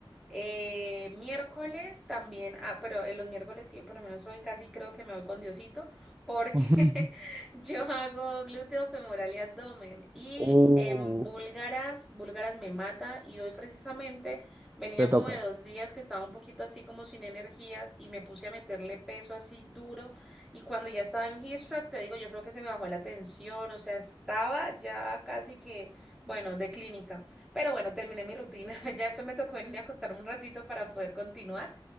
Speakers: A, in the centre; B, on the right.
A: Eh, miércoles también, ah, pero en los miércoles sí, por lo menos hoy casi creo que me voy con Diosito, porque
B: <laughs>
A: <laughs> yo hago glúteo femoral y abdomen. Y
B: Ujú.
A: en búlgaras,
B: Uh,
A: búlgaras me mata. Y hoy precisamente venía
B: te toca.
A: como de dos días que estaba un poquito así como sin energías y me puse a meterle peso así duro. Y cuando ya estaba en hip thrust, te digo, yo creo que se me bajó la tensión, o sea, estaba ya casi que, bueno, de clínica. Pero bueno, terminé mi rutina. <laughs> Ya después me tocó venir a acostarme un ratito para poder continuar.